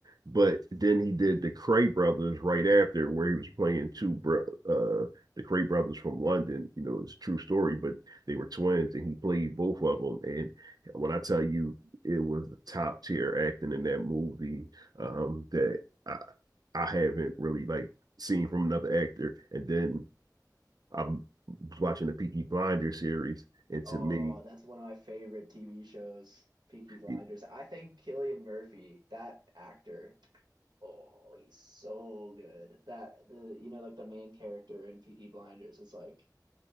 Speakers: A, on the right (about 65°); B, on the right (about 85°).
A: but then he did the Cray Brothers right after, where he was playing two bro- uh the Cray Brothers from London. You know, it's a true story, but they were twins, and he played both of them. And when I tell you, it was the top tier acting in that movie um, that I I haven't really like seen from another actor. And then I'm watching the Peaky Blinders series, and
B: Oh,
A: to me,
B: that's one of my favorite TV shows, Peaky Blinders.
A: it,
B: I think Cillian Murphy, that actor, oh, he's so good. That the you know like the main character in Peaky Blinders is like